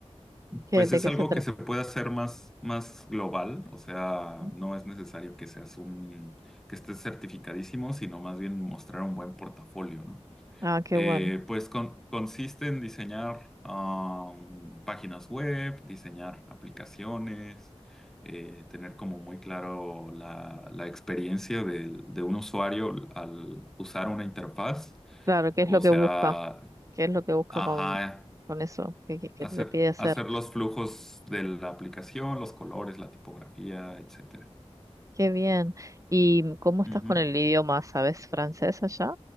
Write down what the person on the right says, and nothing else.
¿qué-
de
qué
se trata?
Mm.
Ah, qué
bueno.
Claro, ¿qué
es lo que
busca? ¿Qué es lo que busca
con, con eso? ¿Qué, qué qué
te pide hacer?
Qué bien. ¿Y cómo estás
con el idioma? ¿Sabes francés allá?